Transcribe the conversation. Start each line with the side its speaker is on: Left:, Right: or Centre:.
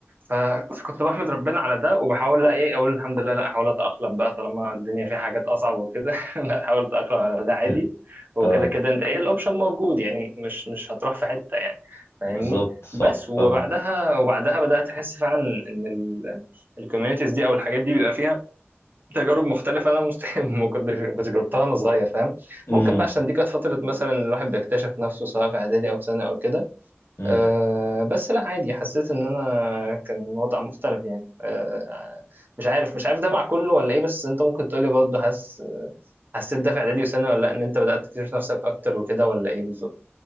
Right: ف- فكنت بحمد ربنا على ده وبحاول لا ايه اقول الحمد لله لا احاول اتاقلم بقى طالما الدنيا فيها حاجات اصعب وكده <laughs> لا احاول اتاقلم على ده عادي
Left: <laughs>
Right: وكده
Left: اه
Right: كده انت ايه الاوبشن موجود يعني مش مش هتروح في حته يعني
Left: بالظبط
Right: فاهمني
Left: صح
Right: بس وبعدها
Left: فاهم
Right: وبعدها بدات احس فعلا ان الكوميونيتيز دي او الحاجات دي بيبقى فيها تجارب مختلفة أنا مستحيل <laughs> ما كنتش ما كنتش جربتها وأنا صغير فاهم
Left: امم
Right: ممكن بقى عشان دي كانت فترة مثلا الواحد بيكتشف نفسه سواء في إعدادي أو سنة أو كده
Left: امم
Right: أه بس لا عادي حسيت إن أنا كان وضع مختلف يعني أه مش عارف مش عارف ده مع كله ولا إيه بس أنت ممكن تقولي برضه حس حسيت ده في إعدادي وسنة ولا لأ إن أنت بدأت تكتشف نفسك أكتر وكده ولا إيه بالظبط؟